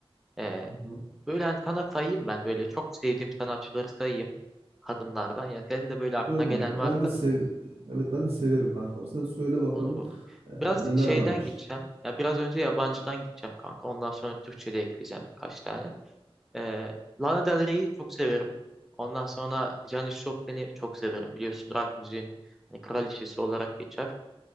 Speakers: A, in the centre; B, on the right (about 75°).
A: E,
B: Hı hı.
A: böyle hani sana sayayım ben böyle çok sevdiğim sanatçıları sayayım kadınlardan. Ya senin de böyle aklına
B: Söyle
A: gelen
B: kankam.
A: varsa
B: Ben de sev evet ben de severim kankam. Sen söyle bakalım
A: Olur olur.
B: e,
A: Biraz
B: neler
A: şeyden
B: varmış.
A: gideceğim. Ya biraz önce yabancıdan gideceğim kanka. Ondan sonra Türkçe de ekleyeceğim birkaç tane. Ee, Lana Del Rey'i çok severim. Ondan sonra Janis Joplin'i çok severim. Biliyorsun rock müziğin hani kraliçesi olarak geçer.